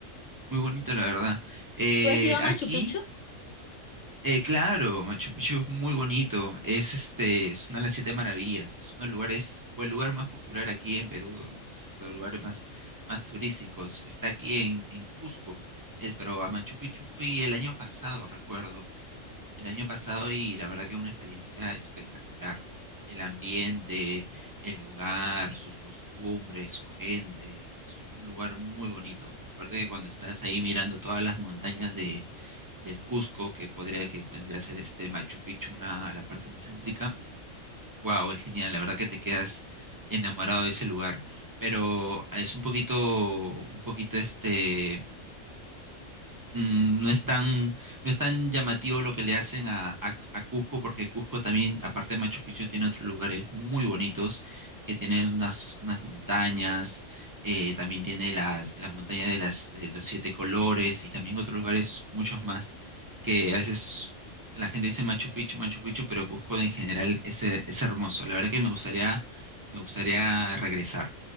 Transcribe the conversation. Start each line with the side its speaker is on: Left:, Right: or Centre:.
Right: muy bonito la verdad. Eh,
Left: ¿Tú has ido a
Right: aquí
Left: Machu Picchu?
Right: Eh, claro, Machu Picchu es muy bonito. Es este, es una de las siete maravillas. Es uno de los lugares, o el lugar más popular aquí en Perú, donde es los lugares más, más turísticos. Está aquí en, en Cusco, eh, pero a Machu Picchu fui el año pasado, recuerdo. El año pasado y la verdad que una experiencia espectacular. El ambiente, el lugar, sus costumbres, su gente. Es un lugar muy bonito. Aparte que cuando estás ahí mirando todas las montañas del Cusco, que podría, que podría ser este Machu Picchu, una, la parte más céntrica. Wow, es genial, la verdad que te quedas enamorado de ese lugar. Pero es un poquito, un poquito este mm, no es tan, no es tan llamativo lo que le hacen a, a- a Cusco, porque Cusco también, aparte de Machu Picchu, tiene otros lugares muy bonitos, que tiene unas, unas montañas, eh, también tiene las, la montaña de, las, de los siete colores y también otros lugares, muchos más, que a veces la gente dice Machu Picchu, Machu Picchu, pero Cusco en general es, eh, es hermoso. La verdad que me gustaría, me gustaría regresar.